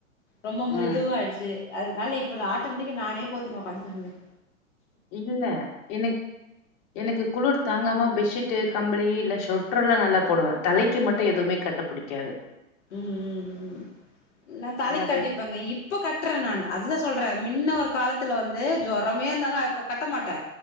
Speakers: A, on the left (about 55°); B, on the left (about 35°).
A: ரொம்ப மிருதுவா
B: ம்
A: ஆயிடுச்சு அதனால இப்ப நா ஆட்டோமேட்டிக்கா நானே போத்தி உக்காந்துட்டு இருந்தே
B: இல்ல எனக்கு எனக்கு குளிர் தாங்காம பெட்ஷீட்டு, கம்பளி, இல்ல ஷொட்டர்ல்லா நல்லா போடுவே தலைக்கு மட்டு எதுமே கட்ட பிடிக் காது
A: ம் ம் ம் நா தலைக்
B: என்னது
A: கட்டி இப்பங்க இப்ப கட்டுறே நானு அதுதா சொல்றே மின்ன ஒரு காலத்துல வந்து ஜொரமே இருந்தாலு அத கட்ட மாட்டே